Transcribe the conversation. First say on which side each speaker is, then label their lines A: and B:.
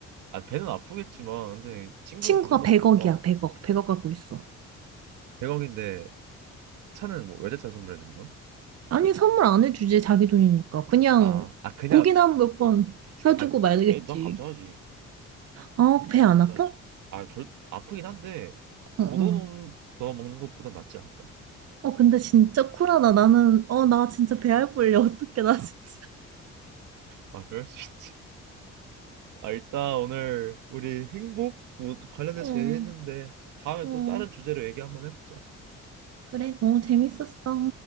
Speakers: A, on the right; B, on the right.
A: 아, 배는 아프겠지만, 근데 친구가
B: 친구가
A: 그 정도,
B: 100억이야,
A: 어,
B: 100억. 100억 갖고 있어.
A: 100억인데 차는 뭐 외제차 선물해 주는 거야?
B: 아니, 선물 안 해주지, 자기 돈이니까. 그냥
A: 아, 아 그냥
B: 고기나 몇 번 사주고
A: 아,
B: 말겠지.
A: 에이, 난 감사하지.
B: 아, 배
A: 아니,
B: 안
A: 감사하지.
B: 아파?
A: 아, 절 아프긴 한데
B: 어,
A: 못
B: 어.
A: 얻어 먹는 것보단 낫지 않을까?
B: 어, 근데 진짜 쿨하다. 나는, 어, 나 진짜 배 알뿔려. <laughs> 어떡해, 나 진짜.
A: 아, 그럴 수 있지. 아, 일단 오늘 우리 행복 뭐 관련해서
B: 응,
A: 얘기했는데 다음에
B: 응.
A: 또 다른 주제로 얘기 한번 해보자.
B: 그래, 너무 재밌었어.